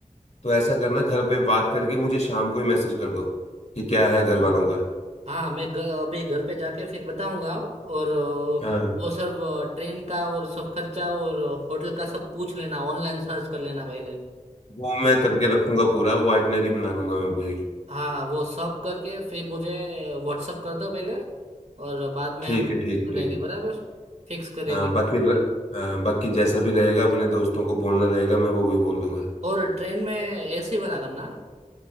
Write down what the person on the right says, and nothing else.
हाँ मैं घ- अभी घर पे जाके फिर बताऊंगा और अ,
वो सब ट्रेन का और सब खर्चा और होटल का सब पूछ लेना ऑनलाइन सर्च कर लेना पहले
हाँ वो सब करके फिर मुझे व्हाट्सअप कर दो पहले और बाद में
हम
करेंगे
बराबर फिक्स करेंगे
और ट्रेन में एसी वाला करना